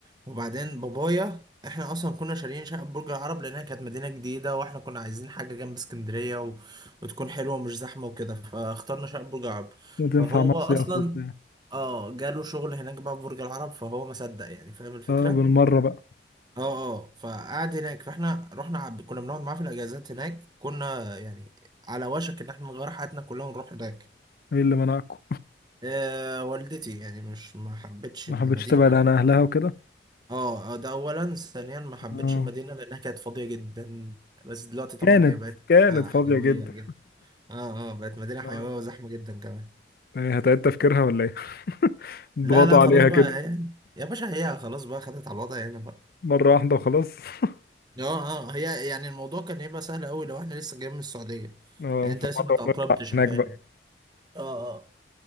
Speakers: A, on the right; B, on the left.
A: وبعدين بابايا احنا اصلا كنا شاريين شقه برج العرب لانها كانت مدينه جديده واحنا كنا عايزين حاجه جنب اسكندريه و... وتكون حلوه ومش زحمه وكده فاخترنا شقه برج العرب
B: وتنفع
A: فهو
B: مصيف
A: اصلا
B: وبتاع
A: اه جاله شغل هناك بقى في برج العرب فهو ما صدق يعني فاهم الفكره
B: اه بالمرة بقى
A: اه اه فقعد هناك فاحنا رحنا عب... كنا بنقعد معاه في الاجازات هناك كنا يعني على وشك ان احنا نغير حياتنا كلها ونروح هناك
B: ايه اللي منعكم
A: آه والدتي يعني مش ما حبتش
B: ما
A: المدينة
B: حبيتش تبعد
A: لأن
B: عن اهلها وكده
A: اه آه، ده أولا ثانيا ما حبتش
B: اه
A: المدينة لأنها كانت فاضية جدا بس دلوقتي طبعا
B: كانت
A: هي بقت
B: كانت
A: مدينة
B: فاضية
A: حيوية
B: جدا
A: جدا اه اه بقت مدينة حيوية
B: آه.
A: وزحمة جدا كمان
B: إيه، هتعيد تفكيرها ولا ايه <laughs> ضغطوا
A: لا لا خلاص
B: عليها
A: بقى
B: كده
A: هي يا باشا هي خلاص بقى خدت على الوضع هنا بقى
B: مرة واحدة وخلاص <laughs>
A: اه اه هي يعني الموضوع كان هيبقى سهل أوي لو احنا لسه جايين من السعودية
B: اه
A: يعني
B: فمرة
A: انت لسه ما تأقلمتش
B: هناك
A: على
B: بقى
A: هنا اه اه